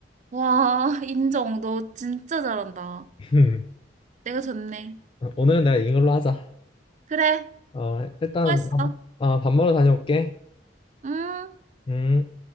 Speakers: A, on the right (about 40°); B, on the left (about 30°).
A: 와, <laughs> 인정. 너 진짜 잘한다.
B: <laughs>
A: 내가 졌네.
B: 오늘은 내가 이걸로 하자.
A: 그래,
B: 아, 일단
A: 수고했어.
B: 밥, 아, 밥 먹으러 다녀올게.
A: 응?
B: 음.